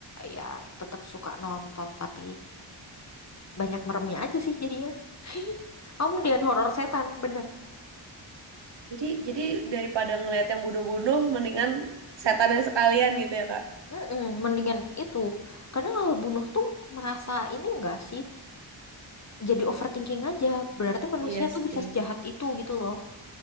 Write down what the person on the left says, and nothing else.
ya tetap suka nonton tapi banyak meremnya aja sih jadinya. <laughs> Aku mendingan horor setan, bener.
Mm-mm, mendingan itu. Karena kalau bunuh tuh merasa ini enggak sih? Jadi overthinking aja. Berarti manusia
tuh
bisa sejahat itu gitu loh.